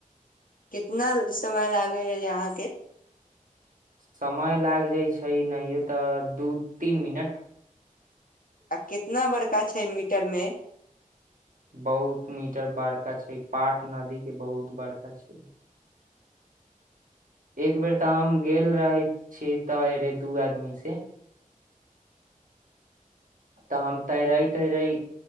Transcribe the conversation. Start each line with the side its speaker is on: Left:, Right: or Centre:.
Left: कितना समय लागे ह अहाँ के
Right: समय लागि जाइ छै नहियो तऽ दू तीन मिनट
Left: आ कितना बड़का छै मीटर मे
Right: बहुत मीटर बड़का छै पाट नदी के बहुत बड़का छै एक बेर तऽ हम गेल रहे छी तऽ रे दू आदमी से तऽ हम तैरई तैरई